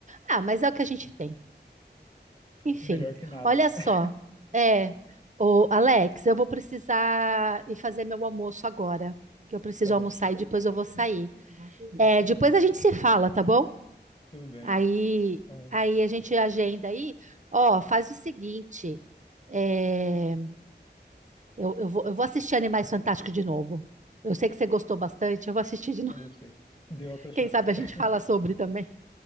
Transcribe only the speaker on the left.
Melhor que nada.
<laughs>
Tá bom,
chefe.
Tudo bem.
Então,
Eu gostei. Dê
outra chance.
<laughs>